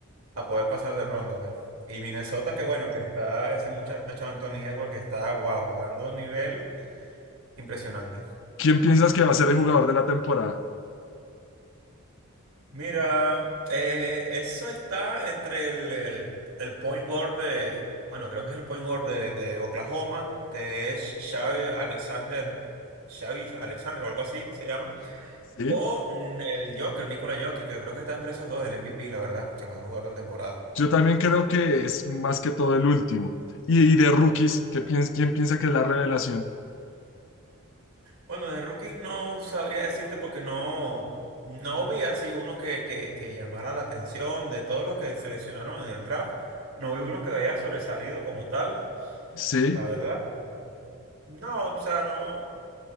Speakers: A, on the right; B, on the left.
A: a poder pasar de ronda, pues. Y Minnesota, que bueno, que está ese muchacho Anthony Edwards que está, wow, jugando a un nivel impresionante.
B: ¿Quién piensas que va a ser el jugador de la temporada?
A: Mira, eh, eso está entre el, el, el point guard de, bueno, creo que es el point guard de, de Oklahoma, que es Shay Alexander, Shay Alexander o algo así se llama,
B: Sí.
A: o mm, el Joker, Nikola Jokic, que creo que está entre esos dos, el MVP, la verdad, el mejor jugador de la temporada.
B: Yo también creo que es más que todo el último. Y, y de rookies, ¿qué piens- ¿quién piensa que es la revelación?
A: Bueno, de rookies no sabría decirte porque no, no vi así uno que, que, que llamara la atención de todos los que seleccionaron en el draft, no vi uno que haya sobresalido como tal,
B: Sí,
A: la verdad. No, o sea, no.